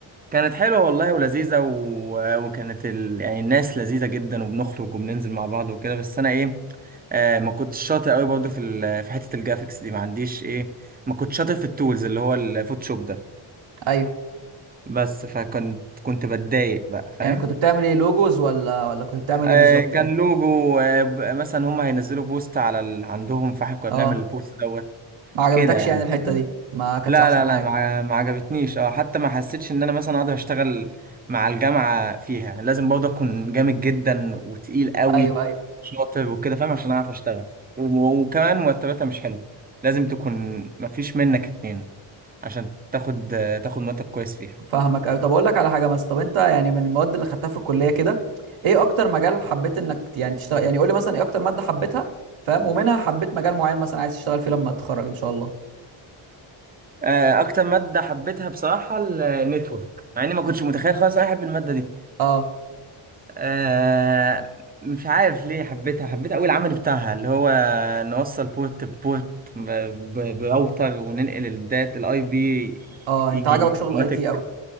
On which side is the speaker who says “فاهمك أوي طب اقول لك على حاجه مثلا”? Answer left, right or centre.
Right